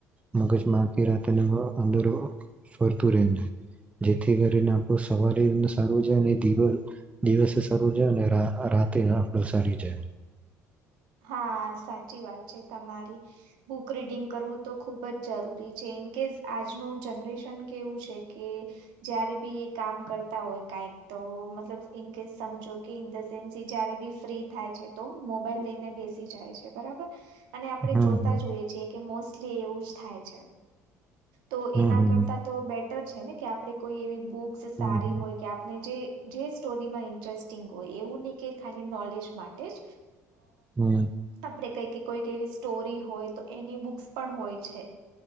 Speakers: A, on the right (about 15°); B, on the right (about 65°).
A: મગજમાંખી રાતે અંદરો ફરતું રને જેથી કરીને આપણ સવારે સારું જાય અને દ દિવસે સારું જાય અને રાતે આપણ સારી જાય.
B: હા સાચી વાત છે તમારી બુક રીડિંગ કરવું તો ખુબ જ જરૂરી છે ઇન કેસ આજનું જનરેશન કેવું છે કે જયારે બી એ કામ કરતા હોય કંક તો મતલબ ઇનકેસ સમજો કે ઇન ધ સેન્સ એ જયારે બી ફ્રી થાય છે તો મોબાઈલ લઈને બેસી જાય છે બરાબર અને આપણેે
A: હમ
B: જોતા
A: હમ
B: જોઈએ છીએ કે મો લી એવું જ થાય છે. તો
A: હમ
B: એના
A: હમ
B: કરતા તો બેટ છે ને કે આપડે કોઈ એવી બ
A: હમ
B: સારી હોય કે આપણે જે જે સ્ટોરીમાં ઇન્ટરેસ્ટિંગ હોય એવું નહી કે ખાલી નોલેજ માટે જ
A: <inaudible>
B: આપે કઈ કોઈક એવી સ્ટોરી હોય તો એની બુક્સ પણ હોય છે.